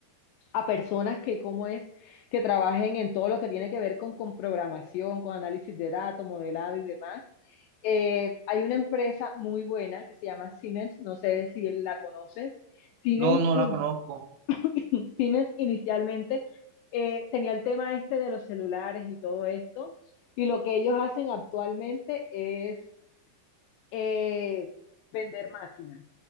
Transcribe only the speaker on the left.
a personas que, cómo es, que trabajen en todo lo que tiene que ver con, con programación, con análisis de datos, modelado y demás. Eh, hay una empresa muy buena que se llama Siemens, no sé si la conoces. Siemens,
in-
<laughs> Siemens inicialmente eh, tenía el tema este de los celulares y todo esto, y lo que ellos hacen actualmente es eh, vender máquinas.